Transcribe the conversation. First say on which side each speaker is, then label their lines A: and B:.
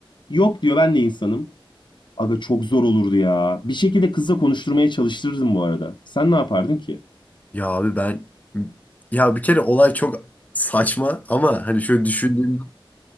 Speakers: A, on the left; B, on the left.
A: Yok diyor ben de insanım. Aga çok zor olurdu ya. Bir şekilde kızla konuşturmaya çalıştırırdım bu arada. Sen ne yapardın ki?
B: Ya abi ben ya bir kere olay çok saçma ama hani şöyle düşündüğüm